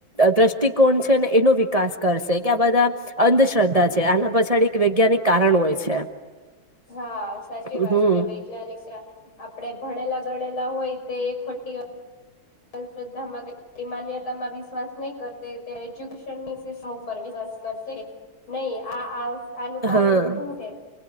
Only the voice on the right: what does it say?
દ્રષ્ટિકોણ છે ને એનો વિકાસ કરશે કે આ બધા અંધશ્રદ્ધા છે. આના પછાડી એક વૈજ્ઞાનિક કારણ હોય છે.
હમ
હા